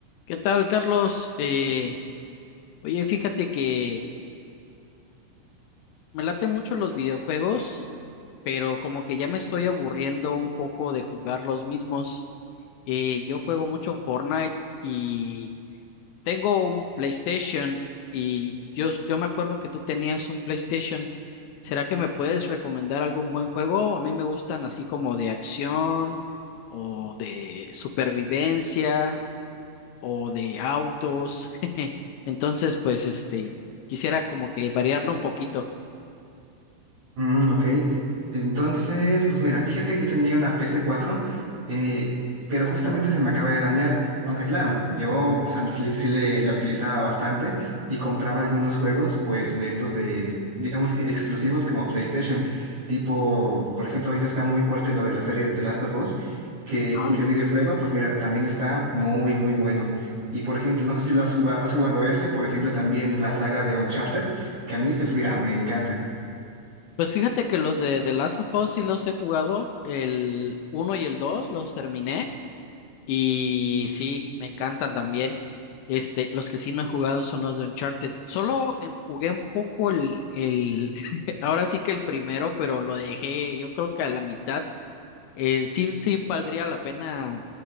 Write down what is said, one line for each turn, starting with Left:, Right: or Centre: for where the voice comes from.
Left: ¿Qué tal, Carlos? Eh, oye, fíjate que me laten mucho los videojuegos, pero como que ya me estoy aburriendo un poco de jugar los mismos. Eh, yo juego mucho Fortnite y tengo un PlayStation y yo, yo me acuerdo que tú tenías un PlayStation. ¿Será que me puedes recomendar algún buen juego? A mí me gustan así como de acción o de supervivencia. o de autos. <laughs> Entonces, pues este, quisiera como que variarlo un poquito.
Right: Mm, ok. Entonces, pues mira, fíjate que yo tenía una ps cuatro, eh, pero justamente se me acaba de dañar. Aunque claro, yo pues antes le- sí le, la utilizaba bastante y compraba algunos juegos, pues de estos de, digamos que exclusivos como PlayStation. Tipo, por ejemplo, ahorita está muy fuerte lo de la serie de The Last of Us, que,
Left: Ajá.
Right: cuyo videojuego, pues mira, también está muy, muy bueno. Y por ejemplo, no sé si lo has jugado, has jugado ese, por ejemplo, también la saga de Uncharted, que a mí, pues mira, me encanta.
Left: Pues fíjate que los de The Last of Us sí los he jugado, el uno y el 2 los terminé y sí, me encantan también. Este, los que sí no he jugado son los de Uncharted. Solo eh, jugué un poco el, el, <laughs> ahora sí que el primero, pero lo dejé yo creo que a la mitad. Eh, sí, sí valdría la pena